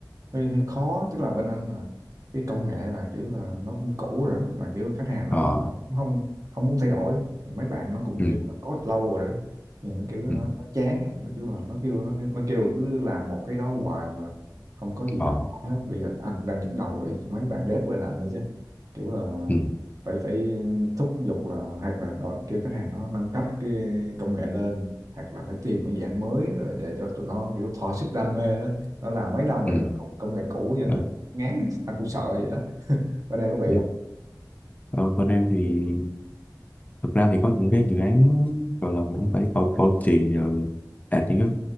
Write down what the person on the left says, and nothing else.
Ờ,
ừ,
ừ,
ờ,
ừ,
ừ,
ừ,
ừ.
Ờ, bên em thì thực ra thì có những cái dự án gọi là vẫn phải bảo, bảo trì rồi đạt những cái